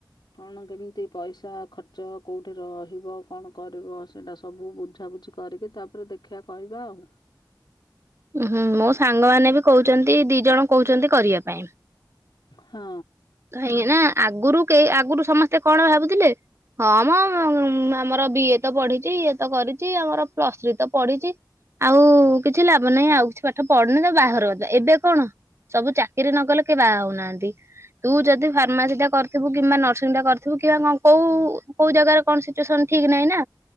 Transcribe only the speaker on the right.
ଉହୁଁ ମୋ ସାଙ୍ଗମାନେ ବି କହୁଛନ୍ତି ଦି ଜଣ କହୁଛନ୍ତି କରିବା ପାଇଁ।
କାହିଁକି ନା ଆଗରୁ କେ ଆଗରୁ ସମସ୍ତେ କଣ ଭାବୁଥିଲେ? ହଁ ମ ଆମର ବି ଏ ତ ପଢିଛି ଇଏ ତ କରିଛି ଆମର ପ୍ଲସ୍ ଥ୍ରୀ ତ ପଢିଛି। ଆଉ କିଛି ଲା ହବ ନାହିଁ ଆଉ କିଛି ପାଠ ପଢନି ତାକୁ ବାହାଘର କରଦବା ଏବେ କଣ ସବୁ ଚାକିରି ନକଲେ କେହି ବାହା ହଉନାହାନ୍ତି। ତୁ ଯଦି ଫାର୍ମାସି ଟା କରିଥିବୁ କିମ୍ବା ନର୍ସିଂ ଟା କରିଥିବୁ କିମ୍ବା କଣ କୋଉ କୋଉ ଜାଗାରେ କଣ ସିଚୁଏସନ ଠିକ ନାଇଁ ନା।